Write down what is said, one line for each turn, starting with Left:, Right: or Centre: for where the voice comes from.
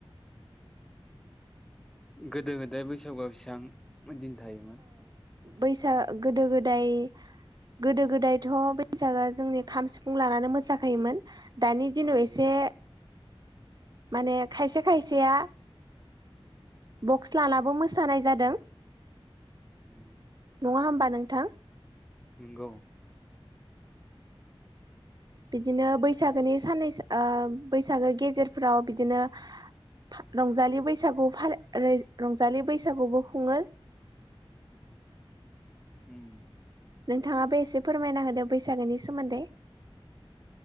Centre: गोदो गोदाय बैसागुआव बेसेबां दिन थायोमोन?
Right: बैसाग गोदो गोदाय गोदो गोदायथ' बैसागआ जोंनि खाम, सिफुं लानानै मोसाखायोमोन। दानि दिनाव
Centre: अ
Right: एसे माने खायसे खायसेया बक्स लानाबो मोसानाय जादों।
Centre: उम।
Right: नङा होमबा नोंथां?
Centre: नोंगौ।
Right: बिदिनो बैसागोनि साननैसो ओ बैसागो गेजेरफ्राव बिदिनो फा रंजालि बैसागु फाल रंजालि बैसागुबो खुंङो। <unintelligible>
Centre: उम
Right: नोंथाङाबो एसे फोरमायना होदो बैसागोनि सोमोन्दै